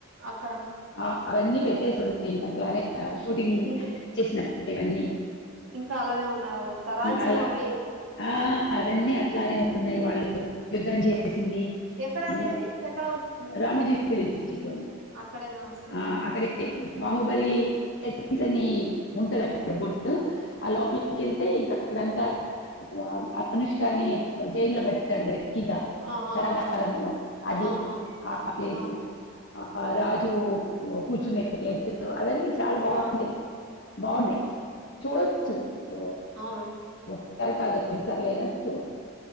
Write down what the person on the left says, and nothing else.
హ అవన్నీ పెట్టేసి ఉన్నాయి ఇంక అట్లానే షూటింగ్
చేసినప్పటివన్నీ
అలా
ఆ అవన్నీ అట్లానే ఉన్నాయి వాళ్ళు యుద్ధం చే సింది
హుమ్
రామోజీ లోనె
ఆ అక్కడే బాహుబలి సెట్టింగ్స్ అని ఉంటది అక్కడ బొటు ఆ లోపలికెళ్తే ఇంకా అక్కడంతా వామ్ అనుష్కాని జైల్లో పెట్టాడు గదా కిదా
కరగారంలో
అది
ఆ ప్లేసు
ఆ రాజూ కూచునె ప్లేసు అవన్నీ చాలా బాగుంటాయి
బావున్నాయి చూడచ్చు ఓ
ఒకసారి కాదు ఎన్ని సార్లయినా చూడచ్చు